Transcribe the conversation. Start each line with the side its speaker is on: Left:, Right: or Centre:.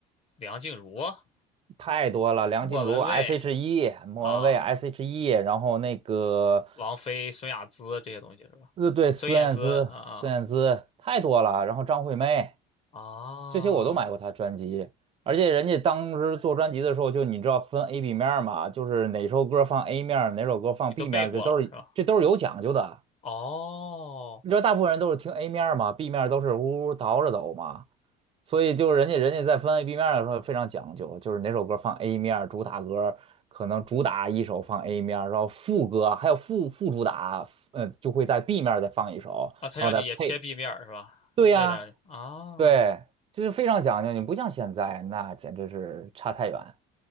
Left: 梁静茹啊、
Right: 太多了，梁静茹
Left: 莫文蔚
Right: S.H.E、莫文蔚
Left: 啊、
Right: S.H.E，然后那个，
Left: 王菲、孙雅姿这些东西是吧？
Right: 呃，对，孙燕姿，
Left: 孙燕姿啊
Right: 孙燕姿太多了，然后张惠妹，
Left: 啊啊，
Right: 这些我都买过她专辑，
Left: 哦
Right: 而且人家当时做专辑的时候，就你知道分 A、B 面儿嘛，就是哪首歌放 A 面儿，哪首歌放
Left: 你都背过了是吧？
Right: B 面儿，这都是这都是有讲究的。
Left: 哦，
Right: 你知道大部分人都是听 A 面儿嘛，B 面儿都是呜呜倒着走嘛，所以就是人家人家在分 A B 面儿的时候非常讲究，就是哪首歌放 A 面儿主打歌可能主打一首放 A 面儿然后副歌还有副副主打，嗯，就会在 B 面儿再放一首，
Left: 啊，他让你也切
Right: 然后再配。
Left: B 面儿是吧？
Right: 对呀，
Left: 啊为了让你啊，
Right: 对，就是非常讲究，你不像现在，那简直是差太远。